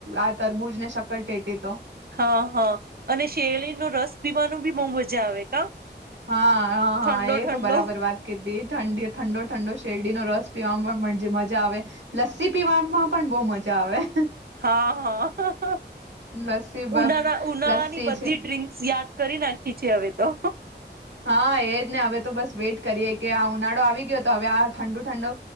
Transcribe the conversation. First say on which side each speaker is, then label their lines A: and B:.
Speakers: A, on the right; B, on the right.
A: આ તરબૂજ ને શક્કર ટેટી તો.
B: હા હા અને શેડીનો રસ પીવાનું બી બઉ મજા આવે કા?
A: હા, હા, હા
B: ઠંડો
A: એ
B: ઠંડો
A: તો બરાબર વાત કીધી. ઠં ઠંડો ઠંડો શેરડીનો રસ પીવામાં જે મજા આવે, લસ્સી પીવામાં પણ બહુ મજા આવે.
B: હા હા
A: લસ્સી બ-
B: ઉનાળા ઉનાળા
A: લસ્સી
B: ની બધી
A: છે
B: ડ્રિંકસ યાદ કરી નાખી છે હવે તો.
A: હા એજ ને હવે તો બસ વેઇટ કરીએ કે આ ઉનાળો આવી ગયો તો હવે આ ઠંડુ ઠંડુ